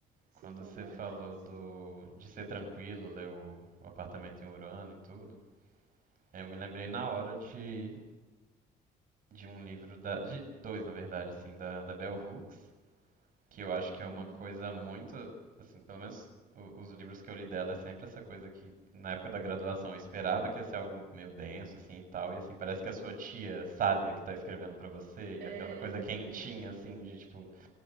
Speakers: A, on the right; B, on the right.
A: sintomático,
B: quando você falou
A: assim.
B: do, de ser tranquilo, ler o, o apartamento em Urano e tudo, eu me lembrei na hora de, de um livro da, de dois, na verdade, assim, da, da Bell Hooks, que eu acho que
A: Uhum.
B: é uma coisa muito, assim, pelo menos o- os livros que eu li dela é sempre essa coisa que na época da graduação eu esperava que ia ser algo meio denso assim e tal, e assim parece que a sua tia sábia que tá escrevendo pra você e
A: É,
B: aquela coisa
A: exatamente.
B: quentinha assim de tipo